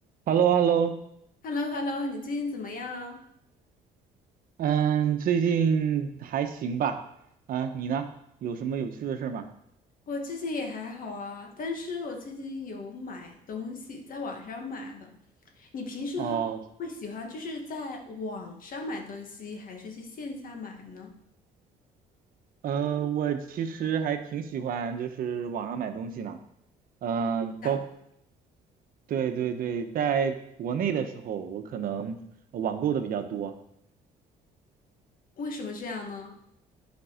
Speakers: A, on the right; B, on the left.
A: h e l l o h e l l o
B: h e l l o h e l l o 你最近怎么样啊？
A: 嗯，最近还行吧？啊，你呢？有什么有趣的事儿吗？
B: 我最近也还好啊，但是我最近有买东西，在网上买的。你平时的话会喜欢就是在网上买东西，
A: 哦，
B: 还是去线下买呢？
A: 呃，我其实还挺喜欢就是网上买东西呢。嗯，
B: 想
A: 包，对对对，在国内的时候，我可能网购的比较多。
B: 为什么这样呢？